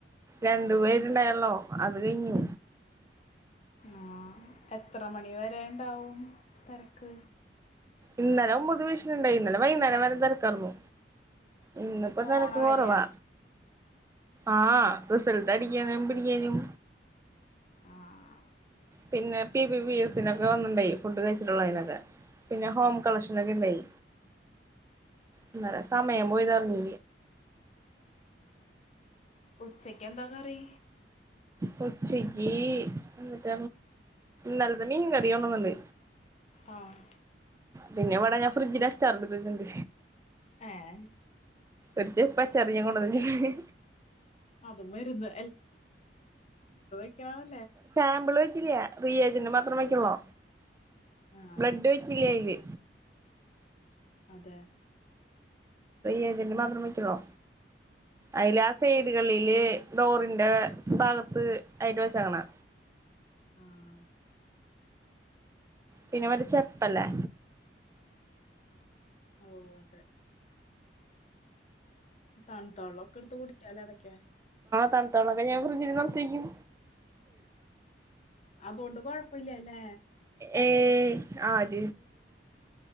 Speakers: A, on the right (about 15°); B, on the left (about 40°).
A: രണ്ടു പേരുണ്ടായല്ലോ അത് കഴിഞ്ഞു
B: ആ എത്ര മണി വരെണ്ടാവും തിരക്ക്
A: ഇന്നലെ ഒൻമ്പത് വിീഷണുണ്ടായി ഇന്നലെ വൈകുന്നേരം വരെ തിരക്കറന്നു ഇന്നപ്പോൊ
B: പോണ
A: തിരക്ക്
B: വരെയാ
A: കുറവാ ആഹ് റിസൾട്ട് അടിക്കാന പിടിക്കാനും
B: ആഹ
A: പിന്നെ പി ബി എസൊക്കെ വന്നിണ്ടായി ഫുഡ് കഴിച്ചിട്ടുള്ള അതിനൊക്കെ പിന്നെ ഹോം കളക്ഷൻൊക്കെ ഉണ്ടായി എന്നന്നല്ല സമയം പോയിതറങ്ങ
B: ഉച്ചക്ക് എന്താ കറി
A: കൊച്ചക്ക് എന്നിട്ട നല്ലത മീൻ കറിയോണന്നുണ്ട്
B: ആഹ്
A: പിന്നെ എവിടെ ഞാൻ ഫ്രിഡ്ജില് അച്ചാർ എടുത്തച്ചുണ്ട്
B: ഏഹ്
A: ഒരു ചെപ്പ അച്ചാറി ഞാൻ കൊണ്ടുവന്നച്ചിണ്ട്
B: അതും വരുന്ന് ക
A: സാമ്പലോ റിയേജറ് മാത്രം വക്കള്ളോ
B: ആഹ്
A: ബ്ലഡ് വെച്ചില്ലന്
B: അതെ
A: ഏതറ് മാത്രം വെച്ചളോ അതില് ആ സൈഡുകളില് ഡോറി എന്റെ ഭാഗത്ത് ആയിട്ട് വളിച്ചങ്ങനാ
B: ആഹ
A: പിന്നെവിടെ ചപ്പല്ലേ
B: ഓ അതെ തണുത്തോള്ള ഒക്കെ എടുത്ത് കുടിക്കാലോ ഇടക്ക
A: തണുത്തോളൊക്കെ ഞാൻ ഫ്രിഞ്ഞി നിർത്തിക്കും
B: അതൊണ്ട് കൊഴപ്പില്ലല്ലേ
A: ഏ ആജ